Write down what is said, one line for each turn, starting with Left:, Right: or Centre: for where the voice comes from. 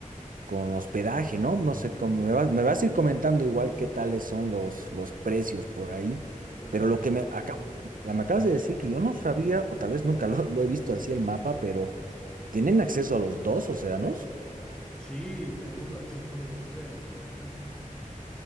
Right: con hospedaje, ¿no? No sé cómo me vas, me vas a ir comentando igual qué tales son los, los precios por ahí.
Centre: claro.
Right: Pero lo que me, acá, me acabas de decir que yo no sabía, o tal vez nunca lo lo he visto así el mapa, pero. ¿Tienen acceso a los dos océanos?
Centre: Sí, tenemos acceso a los dos océanos, imagínate.